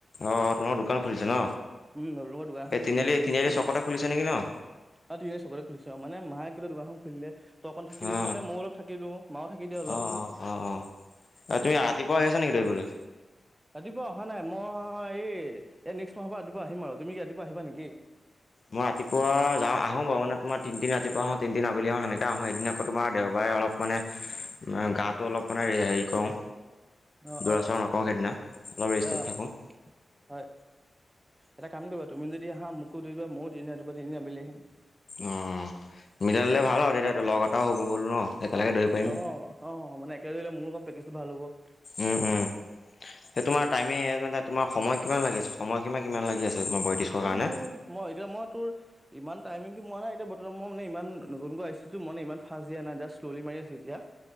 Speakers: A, on the left (about 50°); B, on the right (about 15°).
A: অ' তোমাৰ দোকান খুলিছে ন
B: উম, নতুন কৈ দোকান খন
A: এই তিনিআলি
B: খুলিছে।
A: তিনিআলি চকতে খুলিছে নেকি ন অ
B: অ' তুমি চবৰে খুলিছো আৰু মানে মায়ে কিন্ত দোকানখন খুলিলে ত অকণ থাকি দি
A: অ
B: মানে মই অলপ থাকি দিওঁ। মাও থাকি দিয়ে অলপ।
A: অ' অ' অ' অ' তুমি ৰাতিপুৱা আহি আছা নেকি দৌৰিবলৈ।
B: ৰাতিপুৱা অহা নাই মই এই এই নেক্সট মাহৰ পৰা ৰাতিপুৱা আহিম আৰু তুমি ৰাতিপুৱা আহিবা নেকি?
A: মই ৰাতিপুৱা যা আহো বাৰু মানে তোমাৰ তিনদিন ৰাতিপুৱা আহো তিনদিন আবেলি আহো। আহোঁ এদিন আকৌ তোমাৰ দেওবাৰে অলপ মানে গাটো অলপ মানে হেৰি কৰোঁ।
B: অ
A: দৌৰাচৰা নকৰওঁ সেইদিনা অলপ
B: অ।
A: ৰেষ্টত
B: অ
A: থাকোঁ।
B: হয় এটা কাম কৰিবা তুমি যদি আহা, মোকো দিবা ময়ো তিনি দিন আবেলি আহিম।
A: অ' মিলাই দিলে ভাল আৰু তেতিয়া তোৰ লগ এটাও হ'ব বোলো ন। একেলগে দৌৰিব পাৰিম
B: অ' অ' মানে একেলগে মোৰো প্ৰেকটিছটো ভাল হ'ব।
A: উম, উম, সেই তোমাৰ টাইমে মানে তোমাৰ সময় কিমান লাগি আছে, সময়সীমা কিমান লাগি আছে? তোমাৰ বয়ত্ৰিছৰ
B: এতিয়া
A: কাৰণে
B: মোৰ মই এতিয়া মই তোৰ ইমান টাইমিংটো মোৱা নাই এতিয়া বৰ্তমান মোৰ ইমান এই ফাষ্ট দিয়া নাই জাষ্ট মাৰি আছো এতিয়া